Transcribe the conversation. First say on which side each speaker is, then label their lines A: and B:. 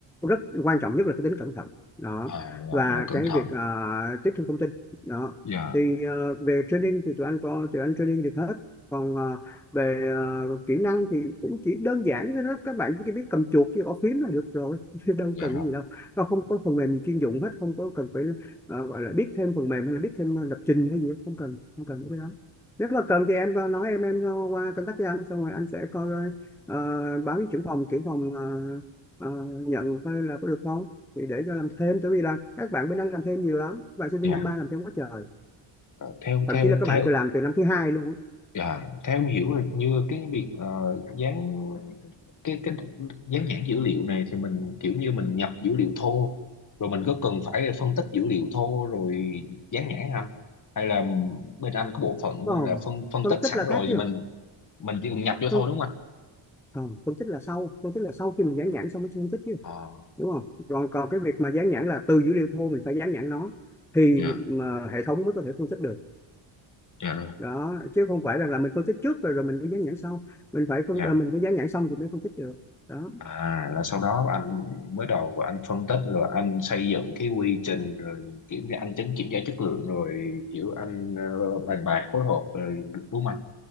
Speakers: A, in the centre; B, on the left (about 40°).
A: rất quan trọng nhất là cái tính cẩn thận đó
B: ờ, là,
A: và
B: là cẩn
A: cái
B: thận
A: việc ờ, tiếp thu thông tin đó
B: dạ
A: thì ờ, về training thì tụi anh có tụi anh training được hết còn ờ, về ờ, kỹ năng thì cũng chỉ đơn giản thôi đó các bạn chỉ biết cầm chuột với gõ phím là được rồi <laughs> chứ đâu
B: dạ
A: cần
B: rồi
A: cái gì đâu nó không có phần mềm gì chuyên dụng hết không có cần phải ờ, gọi là biết thêm phần mềm hay là biết thêm lập trình hay gì hết. không cần không cần cái đó nếu mà cần thì em có nói em em cho qua contact với anh xong rồi anh sẽ coi coi, ờ, báo với trưởng phòng trưởng phòng ờ, ờ, nhận coi là có được không thì để cho làm thêm tại vì là các bạn bên anh làm thêm nhiều lắm các bạn sinh viên
B: dạ
A: năm ba làm thêm quá trời
B: Ờ, theo
A: thậm
B: theo
A: chí là các
B: theo
A: bạn từ làm từ năm thứ hai luôn á.
B: dạ theo em hiểu là như cái việc ờ, dán cái cái dán nhãn dữ liệu này thì mình kiểu như mình nhập dữ liệu thô rồi mình có cần phải phân tích dữ liệu thô rồi dán nhãn không anh hay là bên anh có bộ phận
A: Đúng
B: là
A: không
B: phân phân
A: phân
B: tích
A: tích
B: sẵn
A: là
B: rồi
A: khác chứ
B: thì mình mình chỉ cần nhập vô
A: phân,
B: thôi đúng không anh
A: không phân tích là sau phân tích là sau khi mình dán nhãn xong mới phân tích chứ
B: à
A: đúng không còn còn cái việc mà dán nhãn là từ dữ liệu thô mình phải dán nhãn nó thì
B: dạ
A: mà hệ thống mới có thể phân tích được
B: dạ rồi
A: đó chứ không phải rằng là mình phân tích trước rồi rồi mình mới dán nhãn sau mình phải phân
B: dạ
A: à, mình phải dán nhãn xong thì mới phân tích được đó
B: à là sau đó anh mới đầu anh phân tích rồi anh xây dựng cái quy trình rồi kiểm tra anh chấm kiểm tra chất lượng rồi kiểu anh ờ, bàn bạc phối hợp rồi đúng không anh